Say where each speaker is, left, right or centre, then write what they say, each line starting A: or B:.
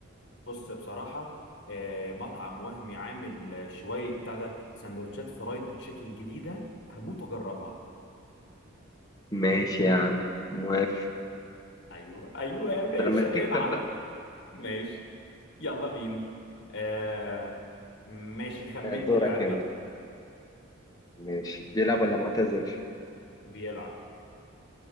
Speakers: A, on the left (about 55°); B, on the left (about 20°).
A: بص بصراحة آه، مطعم وهمي عامل آه، شوية بتاع ده سندوتشات فرايد تشيكن جديدة هموت واجربها
B: ماشي يا عم موافق
A: ايوه ايوه يا باشا
B: لما تكسب
A: العب
B: بقى
A: ماشي يلا بينا آه ماشي خمنت
B: آه، دورك
A: لاعب
B: انت
A: يلا
B: ماشي بيلعب ولا معتزل
A: بيلعب